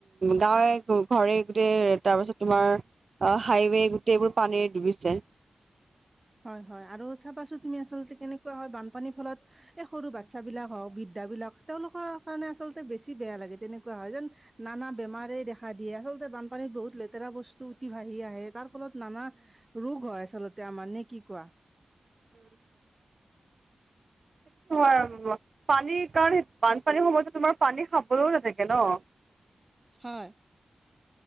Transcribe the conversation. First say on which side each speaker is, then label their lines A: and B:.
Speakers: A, on the right; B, on the right.
A: গাঁৱে ঘৰে গোটেই তাৰ পিছত তোমাৰ অ, হাইৱে গোটেই এইবোৰ পানীৰে ডুবিছে।
B: হয়, হয় আৰু চাবাছোন তুমি আচলতে কেনেকুৱা হয় বান পানীৰ ফলত এই সৰু বাচ্ছা বিলাক হওক বিৃদ্যা বিলাক তেওঁলোকৰ কাৰণে আচলতে বেছি বেয়া লাগে তেনেক হয় যেন নানা বেমাৰে দেখা দেখা দিয়ে আচল্ততে বানপানীত বহুত লেতেৰা বস্তু উটি বাঢ়ি আহে তাৰ ফলত নানা ৰোগ হয় আচলতে। ত মানে কি কোৱা?
A: উম, <unintelligible> পানীৰ কাৰণ বানপানীৰ সময়তো তোমাৰ পানী খাবলৈও নাথাকে ন'।
B: হয়,